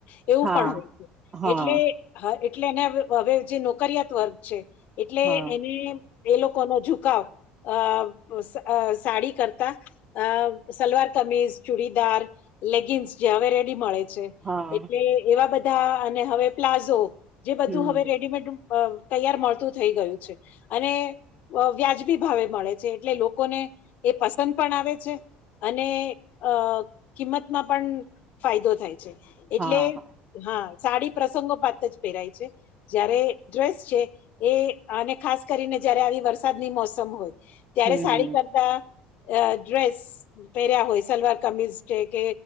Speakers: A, on the left; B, on the right.
A: એવું
B: હા
A: પણ હોય છે,
B: હા
A: એટલે હા એટલે એને હવે જે નોકરયાત વર્ગ છે, એટલે
B: હા
A: એને એ લોકો નો ઝુકાવ, અ સાડી કરતા. અ સલવાર કમીઝ ચુડીદાર લેગિન્સ જે હવે રેડી મળે છે.
B: હા
A: એટલે એવા બધા અને હવે પ્લાઝો જે બધું
B: હમ
A: હવે રેડીમેડ અ તૈયાર મળતું થઈ ગયું છે, અને વ્યાજબી ભાવે મળે છે એટલે લોકોને, એ પસંદ પણ આવે છે. અને અ કિંમતમાં પણ ફાયદો થાય. એટલે,
B: હા હા
A: હા સાડી પ્રસંગો પાત જ પહેરાય છે. જયારે ડ્રેસ છે એ અને ખાસ કરીને જયારે આવી વરસાદની મોસમ હોય. ત્યારે
B: હમ
A: સાડી કરતા ડ્રેસ પહેર્યા હોય સલવાર કમીઝ છે કે